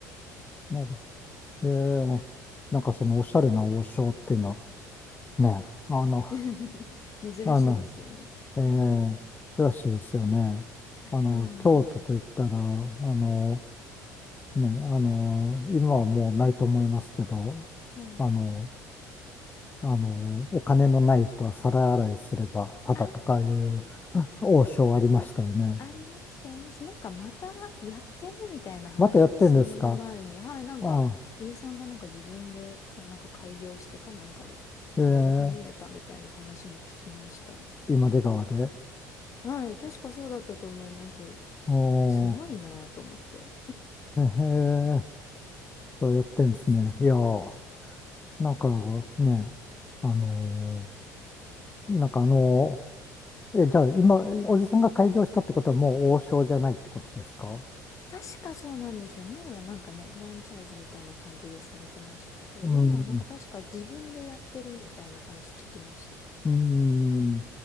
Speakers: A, on the left; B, on the left.
A: なるえーなんかそのおしゃれな王将っていうのはね、あの、
B: <laughs> 珍しいですよね。
A: あの、ええ、らしいですよね。あの、
B: はい。
A: 京都といったら、あの、ね、あの、今はもうないと思いますけど、
B: はい。
A: あの、あの、お金のない人は皿洗いすれば、ただとかいう
B: ああ、
A: <laughs> 王将ありましたよね。
B: ありました、ありました。なんかまたやってるみたいな話を数年前に、
A: またやってんですか
B: はい、なんかおじさんがなんか自分でか、
A: ああ、
B: なんか開業してかなんかでやり始めたみたいな話も聞きました。
A: ええ、今出川で。
B: はい、確かそうだったと思います。
A: お
B: すごいなぁと思って。
A: ー、ええとやってんですね。いやー、なんかね、あのーなんかあのえ、じゃあ今、おじさんが開業したってことはもう王将じゃないってことですか
B: 確かそうなんですよ。前はなんかね、フランチャイズみたいな感じでされてましたけど、
A: うん。
B: 今はなんか確か自分でやってるみたいな話聞きました。
A: うん。